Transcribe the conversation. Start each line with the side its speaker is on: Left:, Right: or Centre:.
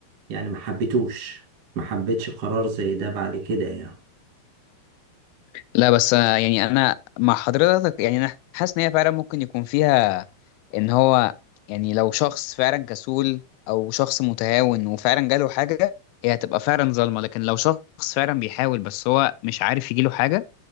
Right: يعني ما حبتوش ما حبتش قرار زي ده بعد كده يعني
Left: لا بس آه، يعني انا مع حضرتك يعني انا حاسس ان هي فعلا ممكن يكون فيها ان هو يعني لو شخص فعلا كسول او شخص متهاون وفعلا جاله حاجه هي هتبقى فعلا ظالمه لكن لو شخص فعلا بيحاول بس هو مش عارف يجيله حاجه